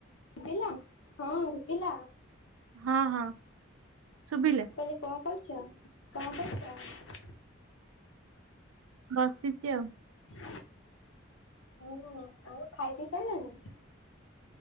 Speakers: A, on the left; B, on the right.
A: ବିଲା ହଁ ଶୁଭିଲା।
B: ହଁ, ହଁ ଶୁଭିଲା।
A: କହିଲି କଣ କରୁଛ? କଣ କରୁଛ?
B: ବସିଛି ଆଉ।
A: <unintelligible> ହଉ ଆଉ, ଆଉ ଖାଇ ପି ସାରିଲେଣି?